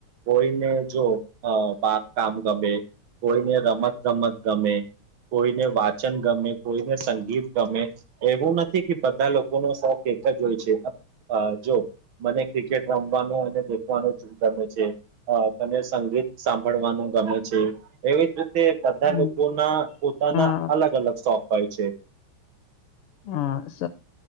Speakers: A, on the right; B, on the left.
A: કોઈને જો અ બા કામ ગમે. કોઈને રમત ગમત ગમે. કોઈને વાચન ગમે કોઈને સંગીત ગમે એવું નથી કે બધા લોકો ને શોખ એ એકજ હોય છે અ જો મને ક્રિકેટ રમવાનો અને <unintelligible> ગમે છે તને સંગીત સાંભળવાનું ગમે છે એવી જ રી તે બધા
B: હમ
A: લોકો ના પોતાના
B: હા
A: અલગ અલગ શોખ હોય છે.
B: હા સ